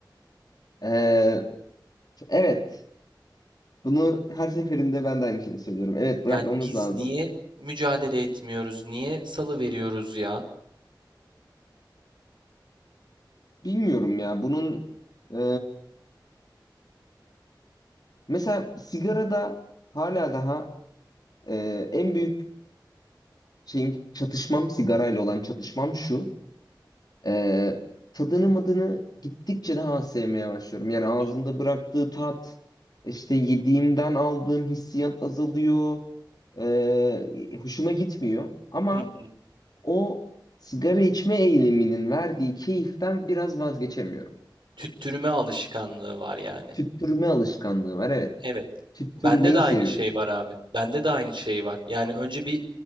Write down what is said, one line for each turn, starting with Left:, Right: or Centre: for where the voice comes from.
Left: Ee, evet, bunu her seferinde ben de aynı şeyi söylüyorum. Evet,
Right: Yani
Left: bırakmamız
Right: biz
Left: lazım.
Right: niye mücadele etmiyoruz, niye salı veriyoruz ya?
Left: Bilmiyorum ya, bunun e, mesela sigarada hala daha e, en büyük şeyim çatışmam sigarayla olan çatışmam şu. Ee, tadını madını gittikçe daha sevmeye başlıyorum. Yani
Right: Hı
Left: ağzımda
Right: hı,
Left: bıraktığı tat, işte yediğimden aldığım hissiyat azalıyor. Ee, hoşuma gitmiyor. Ama
Right: hı hı.
Left: o sigara içme eyleminin verdiği keyiften biraz vazgeçemiyorum.
Right: Tüttürme alışkanlığı var yani.
Left: Tüttürme alışkanlığı var, evet.
Right: Evet.
Left: Tüttürmeyi
Right: Bende de aynı
Left: seviyorum.
Right: şey var abi. Bende de aynı şey var. Yani önce bir